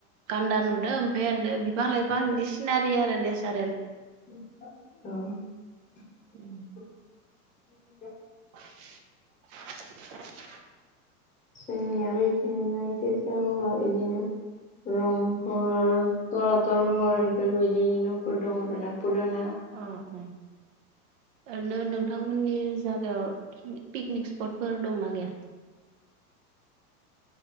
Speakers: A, on the right; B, on the left.
A: गान्दा नुदों ओमफाय ओरैनो बिफां लाइफां सिनारि आरो नेसारेल
B: औ <inaudible>
A: अ <inaudible>
B: <inaudible> रंघर तलातलफोर बेफोरबायदिनो न'फोर दङ आरोना फुराना
A: अ अ ओरैनो नोंथांमोननि जागायाव पिकनिक स्पटफोर दंना गैया? <inaudible>